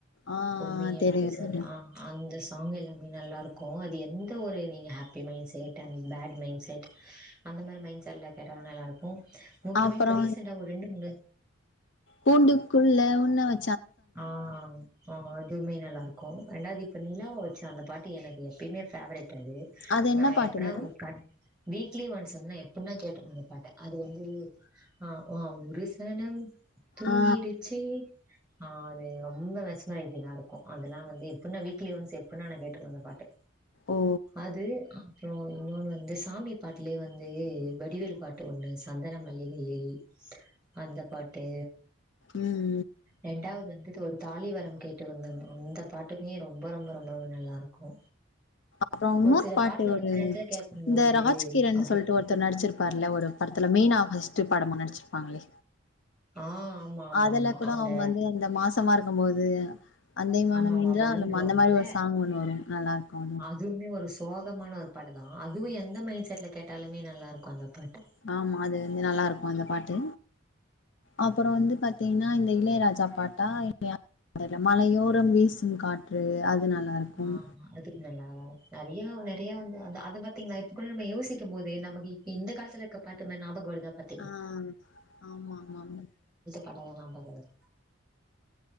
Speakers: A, on the left; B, in the centre.
A: ஆ
B: கும்மி அடிக்கு
A: தெரியு
B: சொல்ட்டு
A: தெரியு
B: ஆ அந்த சாங் எல்லாமே நல்லா இருக்கு அது எந்த ஒரு நீங்க happy mind set and bad mind set அந்த மாரி மைண்ட் செட்ல கேட்டாலு நல்லா இருக்கு முக்கியமா
A: அப்புறோ
B: இப்போ ரீசெண்டா ஒரு ரெண்டு மூணு
A: பூண்டுக்குள்ள உன்ன வ
B: ஆ அந் ஆ அதுவுமே நல்லா இருக்கு ரெண்டாவது இப்ப நிலாவ வெச்சு அந்த பாட்டு எனக்கு எப்பயுமே ஃபேவரெட் அது
A: அது என்ன
B: நா
A: பாட்டு
B: எப்பனா
A: மேடம்
B: கன் வீக்லி ஒன்ஸ் வந்து நா எப்புன்னா கேட்டுருந்திங்க பாட்ட அது வந்து ஆ ஓவம் ஊரு சனம் தூங்கிடுச்சி
A: ஆ
B: ஆ அது ரொம்ப <unintelligible> இருக்கு அதுலா வந்து எப்டினா வீக்லி ஒன்ஸ் எப்டினா நா கேட்றுவ அந்த பாட்ட
A: ஓ
B: அது அப்ரோ இன்னொன்னு வந்து சாமி பாட்டுலயே வந்து வடிவேல் பாட்டு ஒன்னு சந்தனம் மல்லிகையில் அந்த பாட்டு
A: உம்
B: ரெண்டாவது வந்து ஒரு தாலி வரம் கேட்டு வந்தோமாம் இந்த பாட்டுமே ரொம்ப ரொம்ப ரொம்ப ரொம்ப நல்லா இருக்கு
A: அப்புறோ இன்னொரு
B: ஒரு சில
A: பாட்டு
B: பாட்டுலா
A: ஒரு
B: அந்த எடத்தில கேக்கம்போது
A: இந்த ராஜ்கிரண்னு
B: அப்டிங்கலா
A: சொல்ட்டு ஒருத்தர் நடிச்சிருப்பாருல ஒரு படத்துல மீனா ஃபஸ்ட் படமா நடிச்சிருப்பாங்களே
B: ஆ ஆமா ஆமா
A: அதுல
B: ஆமா
A: கூட
B: அந்த
A: அவங்க வந்து அந்த மாசமா இருக்கும்போது அந்தே மண
B: ஆமா ஆமா
A: என்றா
B: அப்ப ஊன்றுவாங்கல்ல
A: அந்த மாதிரி ஒரு சாங் ஒன்னு வரு நல்லா இருக்கு அதும்
B: தும்மே ஒருஷ் சோகமான ஒரு பாட்டு தா அதுவு எந்த மைண்ட் செட்ல கேட்டாலுமே நல்லா இருக்கு அந்த பாட்டு
A: ஆமா அது வந்து நல்லா இருக்கு அந்த பாட்டு அப்புறம் வந்து பாத்தீங்கன்னா இந்த இளையராஜா பாட்டா இல்லயா அதுல மழையோரம் வீசும் காற்று அது நல்லா இருக்கும்
B: ஆமா அது நல்லாவா நறையா நறையா வந்து அது அத பாத்தீங்னா இப்ப கூட நம்ம யோசிக்கும் போது நமக்கு இப்பி இந்த காலத்துல இருக்க பாட்டும ஞாபக வருதுதா பாத்
A: அம் ஆமா ஆமா ஆமக்
B: பட்டாதா நா பக்குறேன்